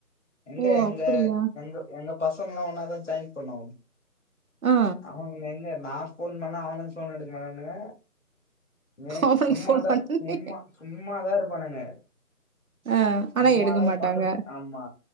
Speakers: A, on the left (about 50°); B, on the right (about 65°).
A: எங்க
B: ஓ
A: எங்க
B: அப்டியா
A: எங்க எங்க பசங்கல்லா‌ ஒன்னாதா ஜாயின் பண்ணோ
B: ஆ
A: ஆமா <unintelligible> நா ஃபோன் பண்ணா அவனுங் ஃபோன் எடுக்க மாட்டானுங்க ஏ
B: அவனுக்கு
A: சும்மாதா
B: ஃபோன் பண்ண
A: சும்மா சும்மாதா இருப்பானுங்க <inaudible>
B: ஆ
A: சும்மாதா
B: அனா எடுக்க மாட்டாங்க
A: பக்கத் ஆமா